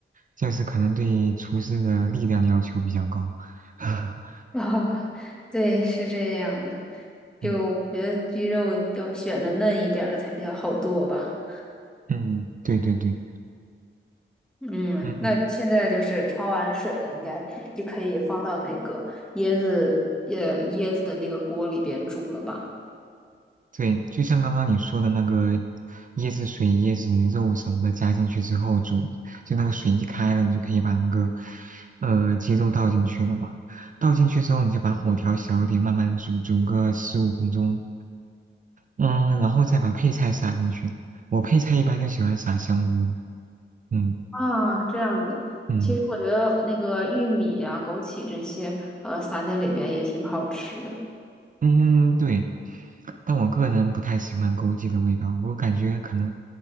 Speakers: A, on the right (about 40°); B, in the centre.
A: 就是可能对厨师的力量要求比较高。<laughs>
B: 啊，对，是这样的。就我觉得鸡肉要选的嫩一点儿的才比较好剁吧。
A: 嗯嗯，对对对，
B: 嗯，
A: 嗯。
B: 那现在就是焯完水了，应该就可以放到那个椰子椰椰子的那个锅里边煮了吧？
A: 对，就像刚刚你说的那个椰子水、椰子肉什么的加进去之后煮，就那个水一开了，你就可以把那个呃鸡肉倒进去了嘛。倒进去之后，你就把火调小一点，慢慢煮，煮个十五分钟。嗯，然后再把配菜撒进去。我配菜一般就喜欢撒香菇。嗯
B: 啊，这样子。
A: 嗯。
B: 其实我觉得那个玉米呀、枸杞这些，呃，撒在里边也挺好吃的。
A: 嗯，对。但我个人不太喜欢枸杞的味道，我感觉可能